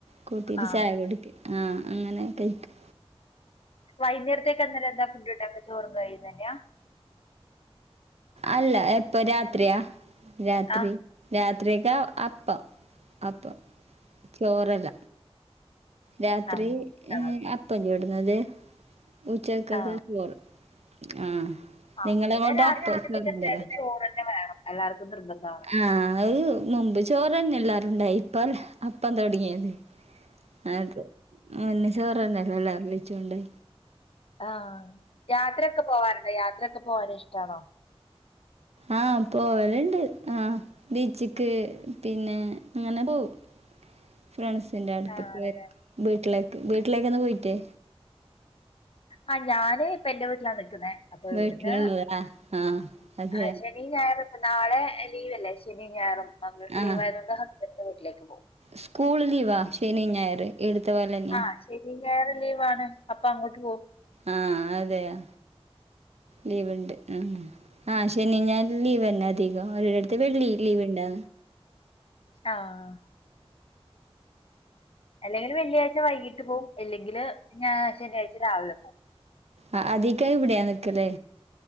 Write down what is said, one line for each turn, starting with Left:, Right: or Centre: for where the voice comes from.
Right: കൂട്ടിട്ട്
Left: ആ
Right: ചായ കുടിക്കും. ആഹ് അങ്ങനെ കഴിക്കും.
Left: വൈകുന്നേരത്തേക്ക് അന്നേരം എന്താ ഫുഡ് ഉണ്ടാക്ക ചോറും കറിയുംതന്നെയാ
Right: അല്ല എപ്പൊ രാത്രിയാ രാത്രി
Left: ആ
Right: രാത്രിയെക്കെ അപ്പം അപ്പം ചോറല്ല രാത്രി
Left: ആ ആ,
Right: അപ്പം ചുടുന്നത് ഉച്ചക്കൊ
Left: ആ
Right: ക്കെ ചോറ് ആഹ്
Left: ആ
Right: നിങ്ങളങ്ങോട്ട്
Left: ഇവിടെ രാത്രിക്കത്തേക്കെ
Right: അപ്പം ചോറുണ്ടല്ലോ
Left: ന്തായാലും ചോറ്ന്നെ വേണം എല്ലാവർക്കും നിർബന്ധമാണ്
Right: ആഹ് അത് മുമ്പ് ചോറ് തന്നെ എല്ലാരുണ്ടായി ഇപ്പം അപ്പം തുടങ്ങിയത് അതെ മുന്നേ ചോറുതന്നെ അല്ലേ എല്ലാരും കഴച്ചോണ്ടിരുന്നെ
Left: ആഹ് യാത്രയൊക്കെ പോവാറ്ണ്ടോ? യാത്രയൊക്കെ പോവാനിഷ്ടാണോ?
Right: ആഹ് പോവലുണ്ട് ആഹ് ബീച്ച്ക്ക് പിന്നെ അങ്ങനെ പോവും ഫ്രണ്ട്സിന്റെ അടുക്കേ
Left: ആണല്ലേ
Right: വീട്ടിലേക്ക് വീട്ടിലേക്കൊന്നും പോയില്ലേ
Left: ആഹ് ഞാന് ഇപ്പൊ എന്റെ വീട്ടിലാ നിക്കുന്നേ അപ്പൊ
Right: വീട്ടിലുള്ളതാ
Left: ഇവിടുന്ന്
Right: ആ അതെ
Left: ആ ശ ഈ ഞായർ ഇപ്പൊ നാളെ ലീവ്അല്ലേ ശനിയും ഞായറും മക്കൾക്ക്
Right: ആ
Left: ലീവ് ആയതുകൊണ്ട് ഹസ്ബന്റിന്റെ വീട്ടിലേക്ക് പോകും
Right: സ്കൂൾ ലീവാ ശനിയും ഞായറും ഇവിടുത്തെ പോലന്നെയാ
Left: ആഹ് ശനിയും ഞായറും ലീവാണ് അപ്പൊ അങ്ങോട്ട് പോവും
Right: ആഹ് അതെയോ ലീവ് ഉണ്ട് ആഹ് ശനിയും ഞായറും ലീവ് തന്നെ അധികം ഒരിട വെള്ളി ലീവ്ണ്ടാ
Left: ആഹ് അല്ലെങ്കിൽ വെള്ളിയാഴ്ച വൈകിട്ട് പോവുംല്ലെങ്കില് ഞ ശനിയാഴ്ച്ച രാവിലെ പോകും
Right: ആഹ് അതികം ഇവിടെയാ നിക്കല്